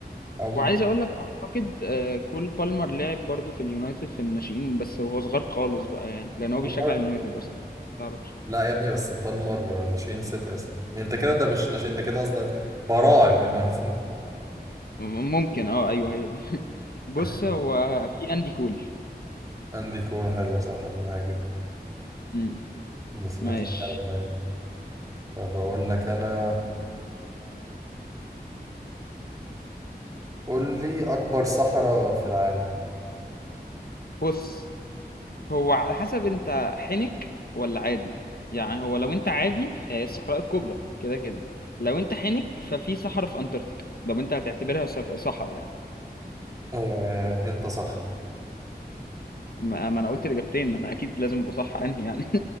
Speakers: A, on the right; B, on the left.
A: او م-
B: وعايز أقول لك أعتقد أه... كول بالمر لعب برضو في اليونايتد في الناشئين بس وهو صغير خالص بقى يعني لأن هو بيشجع
A: بالمر
B: اليونايتد أصلا تعرف.
A: لا يا ابني بس بالمر ناشئين سيتي اصلا يعني انت كده ده مش ناشئين ده كده قصدك براعم يونايتد
B: م- ممكن اه ايوه هي دي <laughs> بص
A: <laughs>
B: هو في اندي كول
A: عندي كورة حلوة صح المهاجم
B: امم
A: بس
B: ماشي
A: ما كانش بيجي على دماغي طب اقول لك انا قول لي اكبر صحراء في العالم
B: بص هو على حسب انت حنك ولا عادي يعني هو لو انت عادي فهي الصحراء الكبرى كده كده لو انت حنك ففي صحراء في انتاركتيكا لو انت هتعتبرها صك- صحراء يعني
A: آه، انت صح
B: ما ما انا قلت الاجابتين ما انا اكيد لازم ابقى صح انهي يعني